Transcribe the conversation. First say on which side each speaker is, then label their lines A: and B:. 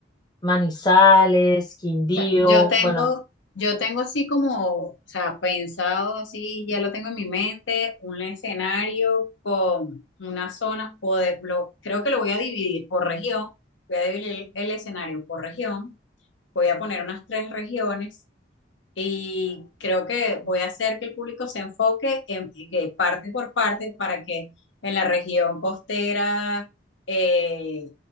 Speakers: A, on the left (about 20°); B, on the left (about 75°).
A: Manizales, Quindío,
B: sea, yo tengo,
A: bueno,
B: yo tengo así como, o sea, pensado así, ya lo tengo en mi mente, un escenario con una zona, o lo- creo que lo voy a dividir por región, voy a dividir el escenario por región, voy a poner unas tres regiones y creo que voy a hacer que el público se enfoque en que parte por parte para que en la región costera eh,